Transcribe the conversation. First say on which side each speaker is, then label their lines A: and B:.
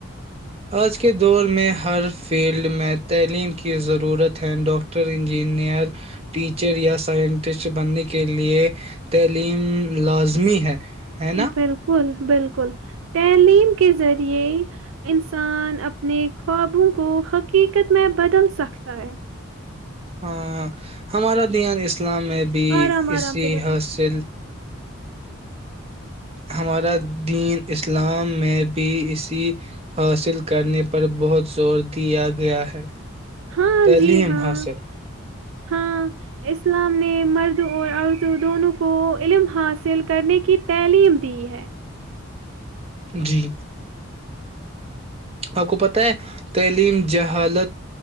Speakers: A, on the right; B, on the right.
A: آج کے دور میں ہر فیلڈ میں تعلیم کی ضرورت ہے ڈاکٹر انجینئر ٹیچر یا سائنٹسٹ بننے کے لئے تعلیم لازمی ہے ہے نا
B: بالکل بالکل بالکل تعلیم کے ذریعے انسان اپنے خوابوں کو حقیقت میں بدل سکتا ہے
A: ہاں ہمارا دھیان اس اسلام میں بھی
B: آرام آرام
A: اسی
B: سے بتاؤ
A: حاصل ہمارا دین اسلام میں بھی اسی حاصل کرنے پر بہت زور دیا گیا ہے
B: ہاں
A: تعلیم
B: جی ہاں
A: حاصل
B: ہاں اسلام نے مرد اور عورتوں دونوں کو کو علم حاصل کرنے کی تعلیم دی ہے
A: جی آپ کو پتہ ہے تعلیم ج حالت